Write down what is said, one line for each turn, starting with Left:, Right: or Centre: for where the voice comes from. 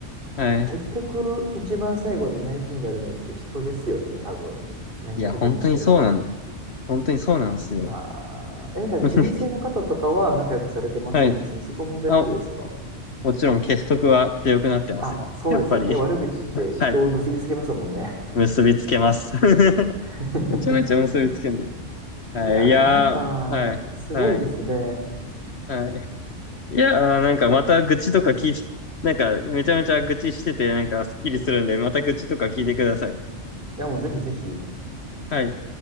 Left: はい。
Right: 結局一番最後に大事になるのって人ですよね、多分。何やるのにしても。
Left: いや、本当にそうなん、本当にそうなんですよ。
Right: うわ、え、なんからゼミ生の方とかは仲良くされてます？
Left: <laughs> はい。
Right: 別にそこは問題なくですか？
Left: あ、もちろん結束は強くなってますよ。
Right: あ、そうですよね。
Left: やっぱり、
Right: 悪口って人を結びつけますもんね。
Left: はい、結びつけます。<laughs>
Right: <laughs>
Left: めちゃめちゃ結びつけんだよ。はい。
Right: いやー、
Left: いやー、
Right: なんか、
Left: はい。
Right: すごいですね。
Left: はい。はい。いやー、なんかまた愚痴とか聞い、なんかめちゃめちゃ愚痴してて、なんかスッキリするんで、また愚痴とか聞いてください。
Right: や、もうぜひぜひ、
Left: はい。